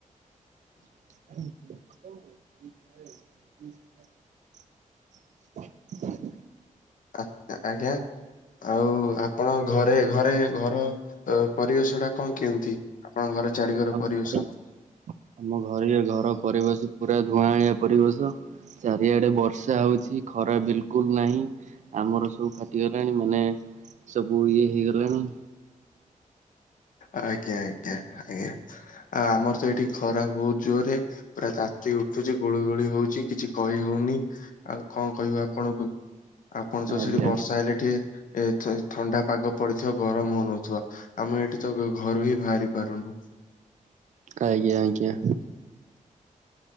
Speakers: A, on the right (about 60°); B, on the left (about 75°).
A: ଆ <unintelligible> ଆ <unintelligible>
B: ଆ ଆଜ୍ଞା ଆଉ ଆପଣ ଘରେ ଘରେ ଘର। ତ ପରିବେଶ ଟା କଣ କେମିତି ଆପଣଙ୍କ ଘର ଚାରି ଘର
A: ଆମ
B: ପରିବେଶ?
A: ଘରେ ଆମ ଘରେ ଘର ପରିବେଶ ପୁରା ଧୂଆଁଳିଆ ପରିବେଶ। ଚାରିଆଡେ ବର୍ଷା ହଉଛି ଖରା ବିଲକୁଲ ନାହିଁ। ଆମର ସବୁ ଫାଟିଗଲାଣି ମାନେ ସବୁ ଇଏ ହେଇଗଲାଣି।
B: ଆଜ୍ଞା ଆଜ୍ଞା ଆଜ୍ଞା ଆ ଆମର ତ ଏଇଠି ଖରା ବହୁତ ଜୋରରେ। ପୁରା ତାତି ଉଠୁଛି ଗୁଳୁ ଗୁଳି ହଉଛି କିଛି କହି ହଉନି ଆଉ କଣ କହିବୁ ଆପଣଙ୍କୁ ଆପଣ ତ
A: ଆଜ୍ଞା।
B: ସେଠି ବର୍ଷା ହେଲେ ଟିକେ ଏ ଥ ଥଣ୍ଡା ପାଗ ପଡିଥିବ ଗରମ ହଉନଥିବ ଆମେ ଏଠି ତ ଘରୁ ହିଁ ବାହାରି ପାରୁନୁ।
A: ଆଜ୍ଞା ଆଜ୍ଞା।